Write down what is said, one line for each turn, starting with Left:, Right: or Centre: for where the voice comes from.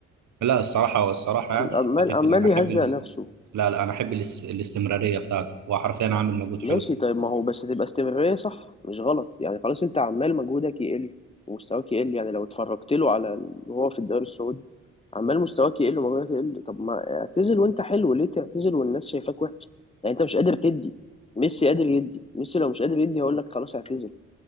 Right: لا الصراحه والصراحه
Left: عم-
Right: يعني
Left: عمال
Right: بتفرق.
Left: عمال
Right: انا احب
Left: يهزق
Right: ال...
Left: نفسه
Right: لا لا انا احب الاس... الاستمراريه بتاعته هو حرفيا عامل مجهود حلو
Left: ماشي طيب ما هو بس تبقى استمرارية صح مش غلط يعني خلاص انت عمال مجهودك يقل ومستواك يقل يعني لو اتفرجت له على ال- وهو في الدوري السعودي عمال مستواك يقل ومجهودك يقل طب ما اعتزل وانت حلو ليه تعتزل والناس شايفاك وحش يعني انت مش قادر تدي ميسي قادر يدي ميسي لو مش قادر يدي هقول لك خلاص اعتزل